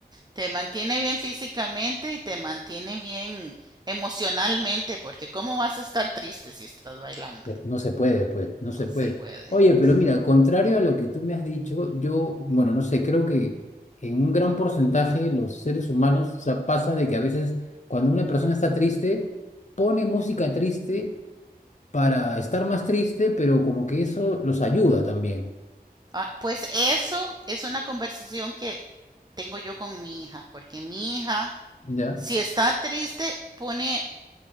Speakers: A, on the right; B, on the left.
A: Te mantiene bien físicamente y te mantiene bien emocionalmente, porque ¿cómo vas a estar triste si estás bailando?
B: No se puede, pues, no se
A: No
B: puede.
A: se puede,
B: Oye, pero
A: sí.
B: mira, contrario a lo que tú me has dicho, yo, bueno, no sé, creo que en un gran porcentaje los seres humanos, o sea, pasa de que a veces cuando una persona está triste, pone música triste para estar más triste, pero como que eso los ayuda también.
A: Ah, pues eso es una conversación que tengo yo con mi hija, porque mi hija,
B: Ya,
A: si está triste, pone